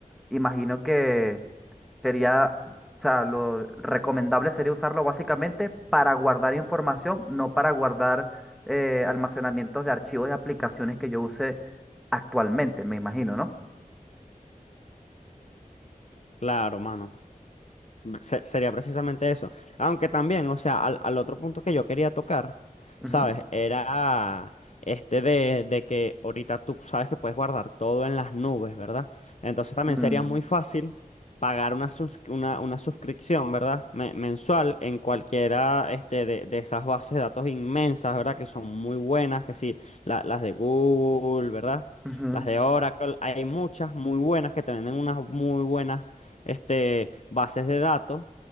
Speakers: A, in the centre; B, on the left (about 50°).
A: imagino que sería, o sea, lo recomendable sería usarlo básicamente para guardar información, no para guardar eh, almacenamientos de archivos de aplicaciones que yo use actualmente, me imagino, ¿no?
B: Claro, mano. Se- sería precisamente eso. Aunque también, o sea, al, al otro punto que yo quería tocar, ¿sabes?
A: Ujú.
B: Era este de, de que ahorita tú sabes que puedes guardar todo en las nubes, ¿verdad? Entonces también
A: Mm,
B: sería muy fácil pagar una, sus- una, una suscripción, ¿verdad? Me- mensual en cualquiera este, de, de esas bases de datos inmensas, ¿verdad? Que son muy buenas, que sí, la- las de Google, ¿verdad?
A: ujú.
B: Las de Oracle, hay muchas muy buenas que te venden unas muy buenas este, bases de datos